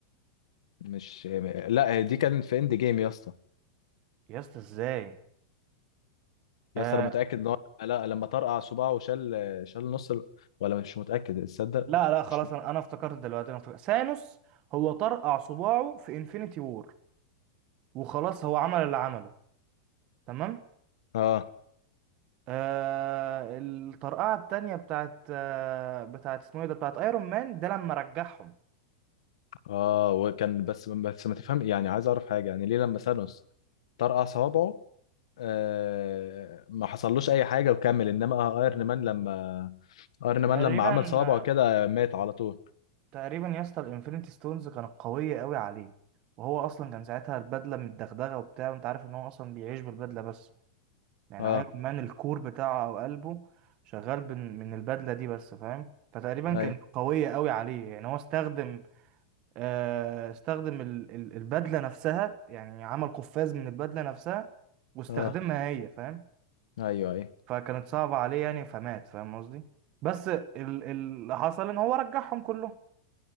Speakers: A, on the left; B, on the right.
A: مش لا دي كان في اند جيم يا اسطى
B: يا اسطى ازاي
A: يا
B: آه
A: اسطى انا متاكد ان هو لا لما طرقع صباعه وشال شال نص ال... ولا مش متاكد تصدق
B: لا لا خلاص
A: مش
B: انا انا افتكرت دلوقتي انا افتكرت ثانوس هو طرقع صباعه في انفينيتي وور وخلاص هو عمل اللي عمله تمام
A: اه
B: آه الطرقعة التانية بتاعت آه بتاعت اسمه ايه ده بتاعت ايرون مان ده لما رجعهم
A: اه وكان بس بس ما تفهم يعني عايز اعرف حاجه يعني ليه لما ثانوس طرقع صوابعه آه، ما حصلوش اي حاجه وكمل انما ايرن مان لما ايرن
B: تقريبا
A: مان لما عمل صوابعه
B: آه
A: كده مات على طول
B: تقريبا يا اسطى الانفينيتي ستونز كانت قوية قوي عليه وهو اصلا كان ساعتها البدلة متدغدغة وبتاع وانت عارف ان هو اصلا بيعيش بالبدلة بس يعني
A: اه
B: ايرون مان الكور بتاعه او قلبه شغال بن- من البدلة دي بس فاهم فتقريبا
A: اي
B: كانت قوية قوي عليه يعني هو استخدم آه، استخدم ال- ال- البدله نفسها يعني عمل قفاز من البدله نفسها واستخدمها
A: اه
B: هي فاهم
A: ايوه اي
B: فكانت صعبه عليه يعني فمات فاهم قصدي بس ال- ال- اللي حصل ان هو رجعهم كلهم